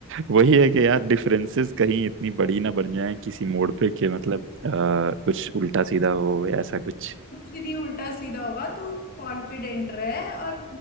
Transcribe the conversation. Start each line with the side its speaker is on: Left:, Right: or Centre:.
Right: वही है कि यार डिफरेंसेस कहीं इतनी बड़ी ना बन जाए किसी मोड़ पे कि मतलब आ, कुछ उल्टा सीधा हो या ऐसा कुछ
Left: कुछ नहीं उल्टा सीधा होगा तू कॉन्फिडेंट रहे और